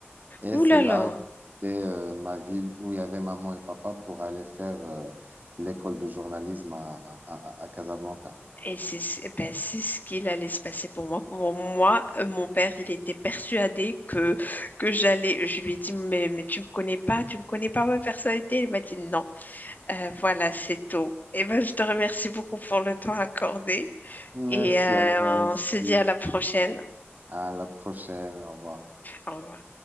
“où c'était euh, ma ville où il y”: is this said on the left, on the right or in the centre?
Right